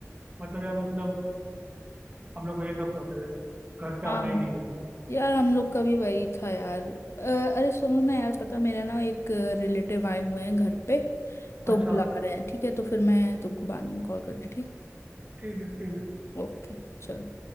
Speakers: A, on the right; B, on the left.
A: मतलब यार मतलब हम लोग वही सब करते थे घर पे
B: हाँ
A: आना ही नहीं बिल्कुल
B: यार हम लोग का भी वही था यार अ, अरे सुनो ना यार पता मेरा ना एक रिलेटिव आए हुए हैं घर पे तो
A: अच्छा
B: बुला रहे हैं ठीक है तो फिर मैं तुमको बाद में कॉल करती ठीक
A: ठीक है ठीक है
B: ओके चलो